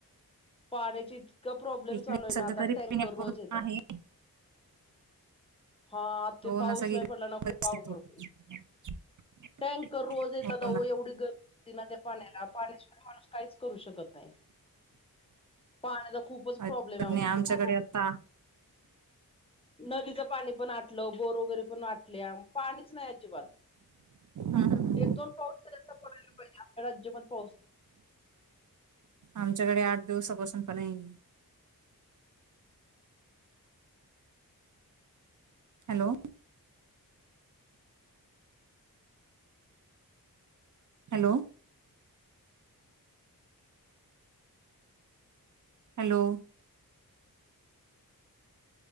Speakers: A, on the left (about 15°); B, on the right (about 55°).
A: पाण्याची इत का प्रॉब्लेम
B: इकडे
A: चालू हाय
B: सध्या
A: ना आता
B: तरी
A: टँकर
B: पिण्यापुरतं
A: रोज येतात.
B: आहे
A: हा आ ते
B: हो ना
A: पाऊस
B: सगळीकडे
A: नाही पडला ना
B: परिस्थिती
A: खुप अवघड हुईल.
B: <unintelligible>
A: टँकर रोज येतात
B: हो
A: आहो
B: ना
A: एवढी गर्दी होती ना त्या पाण्याला पाण्याशिवाय माणूस काहीच करू शकत नाही. पाण्याचा खूपच
B: अ
A: प्रॉब्लेम
B: त
A: आहे
B: नाही
A: अहो
B: आमच्याकडे
A: बोर
B: आता
A: नदीचं पाणी पण आटलं बोर वगैरे पण आटल्या पाणीच नाही अजिबात.
B: हम्म, हम्म.
A: एक दोन पाऊस तरी आता पडायला पाहिजे आपल्याकड अजिबात पाऊस
B: आमच्याकडे आठ दिवसापासून पण नी हॅलो. हॅलो. हॅलो.